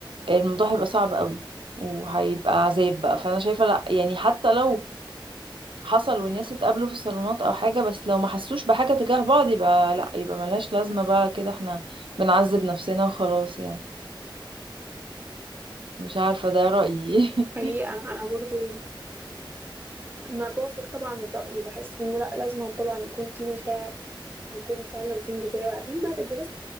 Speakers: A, on the right (about 75°); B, on the right (about 25°).
A: الموضوع هيبقى صعب قوي وهيبقى عذاب بقى فانا شايفة لا يعني حتى لو حصل والناس اتقابلوا في الصالونات او حاجة بس لو ما حسوش بحاجة تجاه بعض يبقى لا يبقى ملهاش لازمة بقى كده احنا بنعذب نفسنا وخلاص يعني مش عارفة ده رأيي
B: حقيقة
A: <laughs>
B: أنا برضو انا بوافق طبعا الرأي بحس انه لا لازم طبعا يكون في مشاعر يكون فعلا في انجذاب عشان بعد الجواز